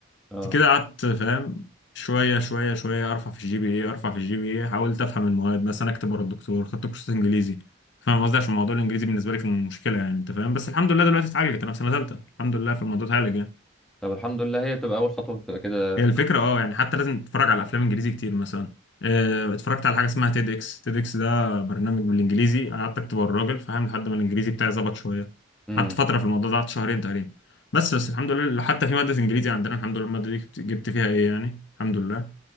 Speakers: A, in the centre; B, on the left.
A: اه
B: كده قعدت فاهم شوية شوية شوية أرفع في الجي بي إيه أرفع في الجي بي إيه حاولت أفهم المواد مثلا أكتب ورا الدكتور خدت كورسات إنجليزي فاهم قصدي عشان موضوع الإنجليزي بالنسبة لي كان مشكلة يعني أنت فاهم بس الحمد لله دلوقتي اتعالجت أنا في سنة تالتة الحمد لله في الموضوع اتعالج يعني
A: طب الحمد لله هي بتبقى اول خطوه بتبقى كده
B: هي الفكرة أه يعني حتى لازم تتفرج على أفلام إنجليزي كتير مثلا آه، اتفرجت على حاجة اسمها تيد إكس تيد إكس ده برنامج بالإنجليزي قعدت أكتب ورا الراجل فاهم لحد ما الإنجليزي بتاعي ظبط شوية
A: مم.
B: قعدت فترة في الموضوع ده قعدت شهرين تقريبا بس بس الحمد لله حتى في مادة إنجليزي عندنا الحمد لله المادة دي جبت جبت فيها إيه يعني الحمد لله